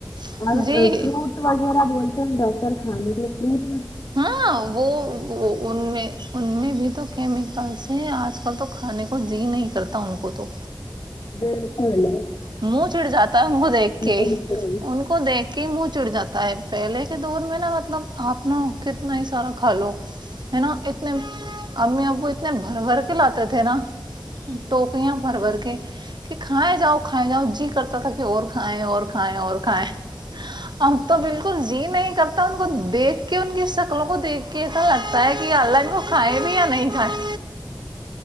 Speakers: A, on the right; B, on the left.
A: ہیں
B: اور
A: جی
B: فروٹ وغیرہ بول ڈاکٹر کھانے کے پ
A: ہاں وہ ان میں ان میں بھی تو کہ آ کل سے آج کل تو کھانے کو زی نہیں کرتا ان کو تو
B: بیر کو <inaudible>
A: منہ چڑ جاتا ہے ان کو دیکھ کے
B: بالکل
A: ان کو دیکھ کہ منہ چڑ جاتا ہے پہلے کے دور میں نا مطلب آپ نا کتنا ہی سارا کھا لو ہے نا اتنے امی ابو اتنے بھر بھر کے لاتے تھے نا ٹوکیاں بھر بھر کے کہ کھائے جاؤ کھائے جاؤ جی کرتا تھا کہ اور کھائیں اور کھائیں اور کھیں ہم تو بالکل زی نہیں کرتا ان کو دھ کے ان کی شکلوں کو دیکھ کے ایسا لگتا ہے کہ اللہ وہ کھائے بھی یا نہیں کھیں